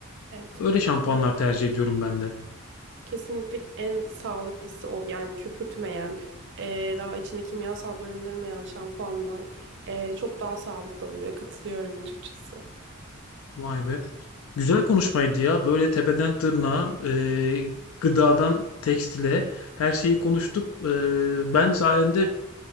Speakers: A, on the right (about 55°); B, on the left (about 70°).
A: Evet.
B: Öyle şampuanlar
A: Ya
B: tercih ediyorum ben de.
A: kesinlikle en sağlıklısı o. Yani köpürtmeyen, e, daha içinde kimyasal barındırmayan şampuanlar e, çok daha sağlıklı oluyor. Katılıyorum açıkçası.
B: Vay be. Güzel konuşmaydı ya. Böyle tepeden tırnağa, e, gıdadan tekstile her şeyi konuştuk. E, ben sayende